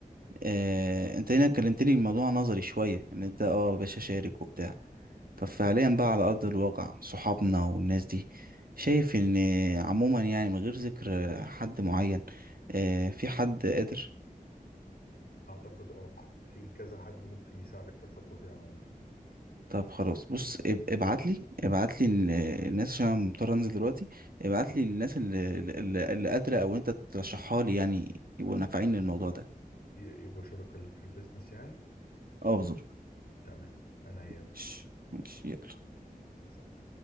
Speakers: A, on the right (about 70°); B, on the left (about 80°).
A: آه، انت هنا كلمتني الموضوع نظري شوية ان انت اه يا باشا شارك وبتاع طب فعليا بقى على ارض الواقع صحابنا والناس دي شايف ان عموما يعني من غير ذكر حد معين آه، في حد قادر
B: اعتقد اه في كذا حد ممكن يساعدك في الخطوه دي عموما
A: طب خلاص بص اب- ابعت لي ابعت لي ال- الناس عشان انا مضطر انزل دلوقتي ابعت لي الناس اللي, اللي اللي قادرة او انت ترشحها لي يعني يبقوا نافعين للموضوع ده
B: ي- يبقوا شركاء ليك في البيزنس يعني
A: اه بالظبط
B: تمام انا يا
A: ماشي ماشي يلا
B: باشا